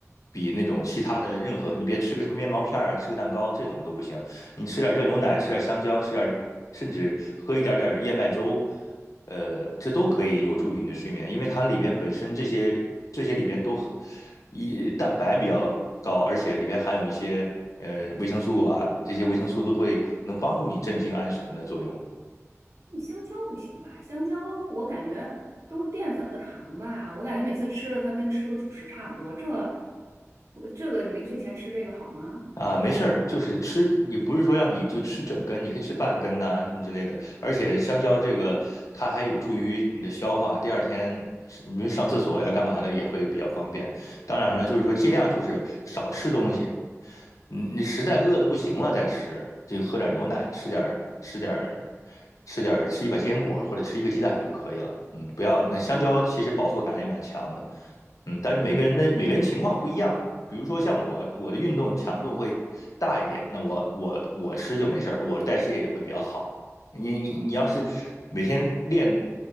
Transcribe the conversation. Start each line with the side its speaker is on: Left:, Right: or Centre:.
Left: 比那种其他的任何，你别吃个什么面包片儿啊，吃个蛋糕这种都不行。你吃点热牛奶，吃点香蕉，吃点甚至喝一点点燕麦粥，呃，这都可以有助于你的睡眠，因为它里边本身这些这些里边都一蛋白比较高，而且里边含有一些呃维生素啊，这些维生素都会能帮助你镇静安神的作用。
Right: 香蕉不行吧？香蕉我感觉都是淀粉和糖吧，我感觉每次吃了它跟吃个主食差不多。这我这个临睡前吃这个好吗？
Left: 啊，没事儿，就是吃，你不是说让你就吃整根，你可以吃半根呐、什么之类的。而且香蕉这个，它还有助于你的消化，第二天是比如上厕所呀、干嘛的也会比较方便。当然了，就是说尽量就是少吃东西，你你实在饿的不行了再吃，就喝点牛奶，吃点儿吃点儿吃点儿吃一把坚果或者吃一个鸡蛋就可以了。嗯，不要那香蕉其实饱腹感也蛮强的。
Right: 对，
Left: 嗯，但是每个人的每个人情况不一样。比如说像我，我的运动强度会大一点，那我我我吃就没事儿，我的代谢也会比较好。你你你要是每天练
Right: 哦。